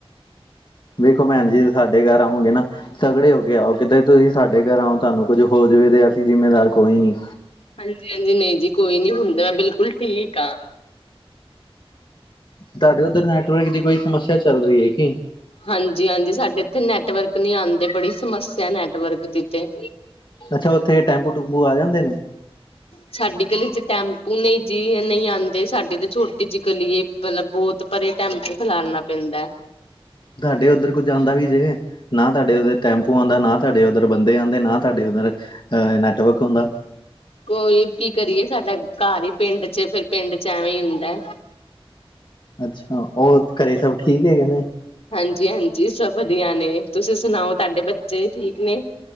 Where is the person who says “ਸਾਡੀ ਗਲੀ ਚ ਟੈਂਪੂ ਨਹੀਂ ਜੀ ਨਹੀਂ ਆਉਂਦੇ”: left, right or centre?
Left